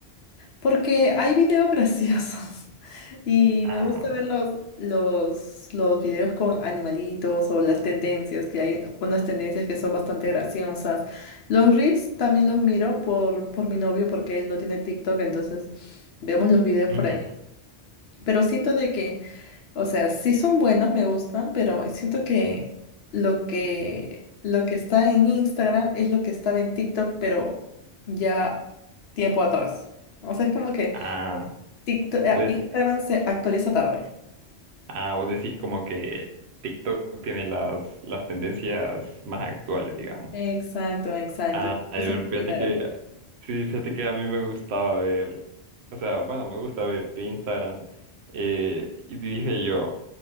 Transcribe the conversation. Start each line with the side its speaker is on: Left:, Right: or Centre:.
Left: Porque hay videos graciosos <laughs> y
Right: Ah,
Left: me gusta ver los, los, los videos con animalitos o las tendencias, que hay unas tendencias que son bastante graciosas. Los reels también los miro por, por mi novio porque él no tiene TikTok, entonces vemos los videos
Right: ujú.
Left: por ahí. Pero siento de que... O sea, sí son buenos, me gustan, pero siento que lo que lo que está en Instagram es lo que estaba en TikTok, pero ya tiempo atrás. O sea, es como que
Right: Ah,
Left: TikTok, eh,
Right: vos dec-
Left: Instagram se actualiza tarde.
Right: ah, vos decís como que TikTok tiene las, las tendencias más actuales, digamos.
Left: Exacto, exacto.
Right: Ah,
Left: Eso
Right: a ver,
Left: es el
Right: fíjate
Left: primero.
Right: que, sí, fíjate que a mí me gustaba ver, o sea, bueno, me gusta ver Instagram. eh, y dije yo,